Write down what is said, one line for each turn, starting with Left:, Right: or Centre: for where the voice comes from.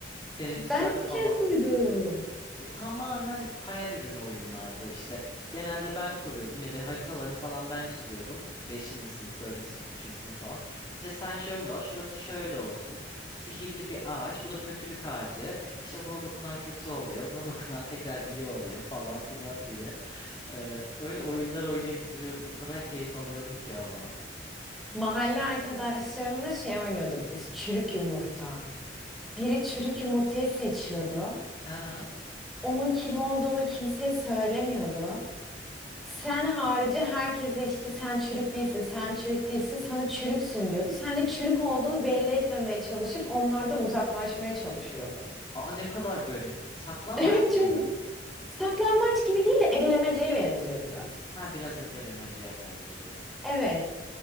Left: teneffüslerde
Centre: Ben ilk kez
Left: falan.
Centre: duydum.
Left: E, tamamen hayal ürünü oyunlardı işte. Genelde ben kuruyordum ya da haritalarını falan ben çiziyordum. Beşinci sınıf, dördüncü sınıf, üçüncü sınıf falan. İşte sen şöyle ol, şurası şöyle olsun. Bu sihirli bir ağaç, bu da kötülük ağacı. İşte buna dokunan kötü oluyor, buna <laughs> dokunan tekrar iyi oluyor falan filan diye. E, öyle oyunlar oynayıp duruyorduk. O kadar keyif alıyordum ki ama.
Centre: Mahalle arkadaşlarımla şey oynuyorduk biz, çürük yumurta. Biri çürük yumurtayı seçiyordu.
Left: Ha?
Centre: onun kim olduğunu kimseye söylemiyordu. Sen harici herkese işte sen çürük değilsin, sen çürük değilsin, sana çürüksün diyordu. Sen de çürük olduğunu belli etmemeye çalışıp onlardan uzaklaşmaya çalışıyordu.
Left: Aa ne kadar garip. Saklambaç
Centre: <laughs> Evet
Left: gibi
Centre: çok
Left: mi?
Centre: saklambaç gibi değil de ebelemeceye benziyor biraz.
Left: Ha biraz ebelemeceye benziyor.
Centre: Evet.